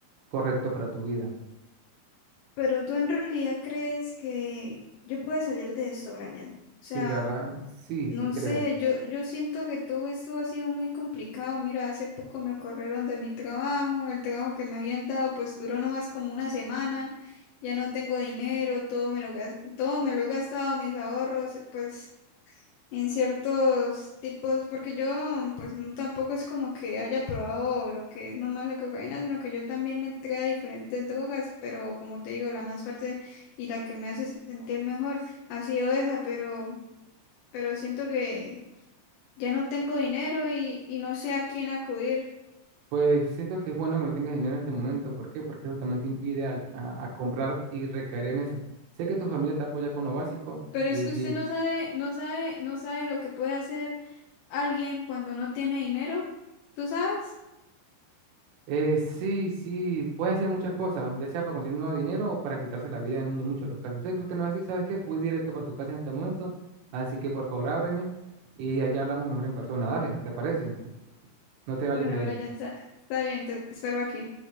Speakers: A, on the right; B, on the left.
A: correcto para tu vida.
B: Pero tú en realidad crees que yo pueda salir de esto, Brian. O sea.
A: Sí, la verdad, sí,
B: No
A: sí creo.
B: sé, yo, yo siento que todo esto ha sido muy complicado. Mira, hace poco me corrieron de mi trabajo, el trabajo que me habían dado pues duró nomás como una semana, ya no tengo dinero, todo me lo gas- todo me lo he gastado, mis ahorros, pues en ciertos tipos, porque yo pues no tampoco es como que haya probado lo que es nomás la cocaína, sino que yo también le entré a diferentes drogas, pero como te digo, la más fuerte y la que me hace sentir mejor ha sido esa, pero, pero siento que ya no tengo dinero y, y no sé a quién acudir.
A: Pues siento que es bueno que no tengas dinero en este momento. ¿Por qué? Porque eso también te impide a, a- a comprar y recaer en eso. Sé que tu familia te apoya con lo básico
B: Pero
A: y
B: es que
A: sí,
B: usted no sabe, no sabe, no sabe lo que puede hacer alguien cuando no tiene dinero, ¿tú sabes?
A: eh, sí, sí, pueden ser muchas cosas, ya sea para conseguir nuevo dinero o para quitarse la vida en muchos de los casos. Sé que usted no es así, ¿sabes qué? Voy directo para tu casa en este momento, así que por favor ábreme y allá hablamos mejor en persona. Dale, ¿te parece? No te vayas
B: Bueno,
A: de
B: ahora
A: ahí.
B: ya está, está bien, te espero aquí.